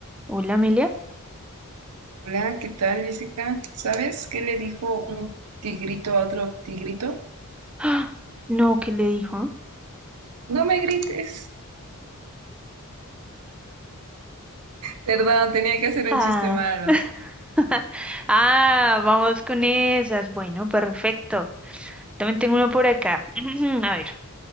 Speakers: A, in the centre; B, on the right.
A: Hola, Amelia.
B: Hola, ¿qué tal, Jessica? ¿Sabes qué le dijo un tigrito a otro tigrito?
A: ¡Ah! No, ¿qué le dijo?
B: No me grites. Perdón, tenía que hacer un
A: Ah.
B: chiste malo.
A: <laughs> Ah, vamos con esas. Bueno, perfecto. También tengo uno por acá. <clears throat> A ver,